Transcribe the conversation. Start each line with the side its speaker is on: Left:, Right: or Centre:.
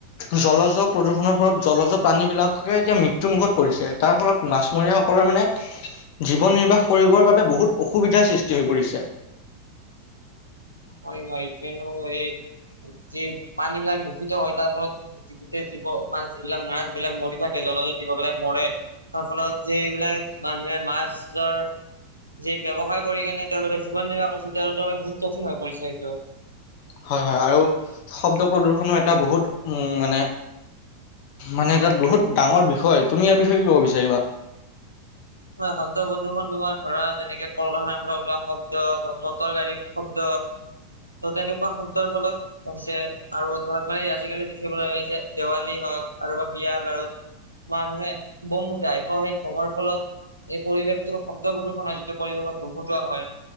Left: জলজ প্ৰদূষণৰ ফলত জলজ প্ৰাণী বিলাকে এতিয়া মৃত্যু মুুখত পৰিছে, তাৰ ফলত মাছমৰীয়াসকলৰ মানে জীৱন নিৰ্বাহ কৰিবৰ বাবে বহুত অসুবিধাৰ সৃষ্টি হৈ পৰিছে।
Right: হয় হয় কিয়নো এই যি, পানীবিলাক দূষিত হয় তাৰ ফলত, গোটে জীৱ মানে যিলাক মাছ বিলাক মৰি থাকে জল জীৱ বিলাক মৰে, তাৰ ফলত যিবিলাক মানুহে মাছ ছৰ, যি ব্যয়ৱসায় কৰি কিনে তেওঁলোকে জীৱন নিৰ্বাহ কৰিছে তেওঁলোকৰ বাবে বহুত কঠিন হয়। <unintelligible> দিয়ক
Left: হয়, হয়, আৰু, শব্দ প্ৰদূশনৰ এটা বহুত উম মানে মানে এটা বহুত ডাঙৰ বিষয় তুমি ইয়াৰ বিষয়ে কি ক'ব বিচাৰিবা?
Right: হয় শব্দ প্ৰদূষণ তোমাৰ ধৰা যেনেকে কলখানাৰ পৰা ওলোৱা শব্দ বা মটৰ গাড়ীৰ শব্দ। ত' তেনেকুৱা শব্দৰ ফলত হৈছে, আৰু ধৰক মানে আজিকালি দেখিবলৈ যে দেৱালী হয় হয়, আৰু বা বিয়া বাৰু, মানুহে, বম ফুটাই সেই বমৰ ফলত এই পৰিৱেশটো শব্দবোৰটো প্ৰদূষণ হয়, যিটো পৰিৱেশত বম ফুটোৱা হয়